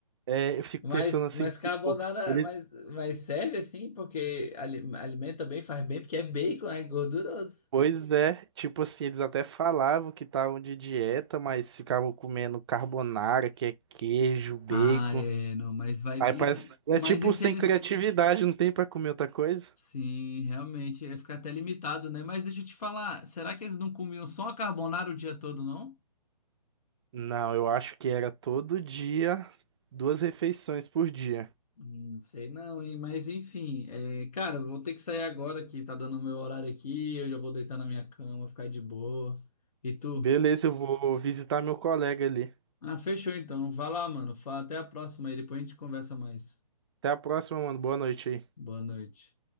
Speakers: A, on the right; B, on the left.
A: é, eu fico
B: Mas,
A: pensando assim,
B: mas
A: tipo,
B: carbonara,
A: ele,
B: mas, mas serve assim, porque ali- alimenta bem, faz bem, porque é bacon, é gorduroso.
A: Pois é, tipo assim, eles até falavam que estavam de dieta, mas ficavam comendo carbonara, que é queijo, bacon.
B: Ah, é, não, mas vai.
A: Aí
B: E
A: parece,
B: se, mas
A: é tipo
B: e se
A: sem
B: eles.
A: criatividade, não tem pra comer outra coisa?
B: Sim, realmente, ia ficar até limitado, né? Mas deixa eu te falar, será que eles não comiam só a carbonara o dia todo, não?
A: Não, eu acho que era todo dia, duas refeições por dia.
B: Hum, Não sei não, hein? Mas enfim, é, cara, eu vou ter que sair agora que tá dando o meu horário aqui, eu já vou deitar na minha cama, ficar de boa. E tu?
A: Beleza, eu vou visitar meu colega ali.
B: Ah, fechou então. Vai lá, mano. Fala, até a próxima aí, depois a gente conversa mais.
A: Até a próxima, mano. Boa noite aí.
B: Boa noite.